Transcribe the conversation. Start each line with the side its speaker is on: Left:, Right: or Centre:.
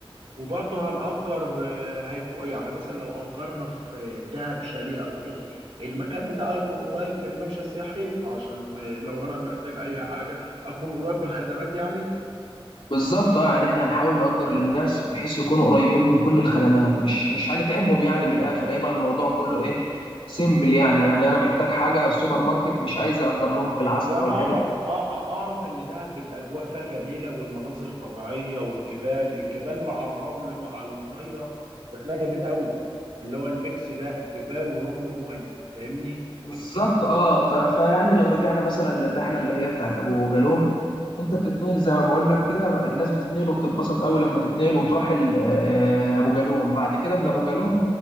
Right: وبرضه هنأجر آه، هيكو يعني مثلا لو أجرنا في دهب شاليه أو كده المكان بتاعه يكون قريب من الممشى السياحي عشان آه، لو أنا محتاج أي حاجة أكون قريب بالخدمات يعني
Left: بالظبط اه يعني احنا هنحاول نأجر للناس بحيث يكونوا قريبين من كل الخدمات مش مش هنتعبهم يعني من الاخر هيبقى الموضوع كله ايه سيمبل يعني يعني انا محتاج حاجه سوبر ماركت مش عايز اجر لهم
Right: آه.
Left: في العسل
Right: وانا
Left: او الحتت
Right: اعرف آه آه، اعرف ان دهب الاجواء فيها جميله والمناظر طبيعيه والجبال الجبال مع الرمل مع الميه شكلها جميل قوي اللي هو الميكس ده جبال ورمل وميه فاهمني
Left: بالظبط اه ف... فيعني لو رجعنا مثلا للرحله اللي هي بتاعت ابو جالوم انت بتتنقل زي ما بقول لك كده الناس بتتنقل وبتتبسط قوي لما تتنقل وتروح ال- آه، ابو جالوم بعد كده
Right: بقى
Left: من ابو جالوم